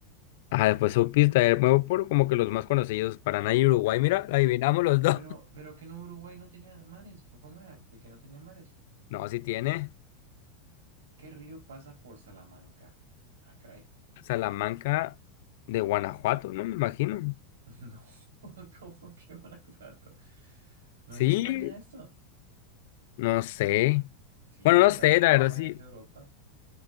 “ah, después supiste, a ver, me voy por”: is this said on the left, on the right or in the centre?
Left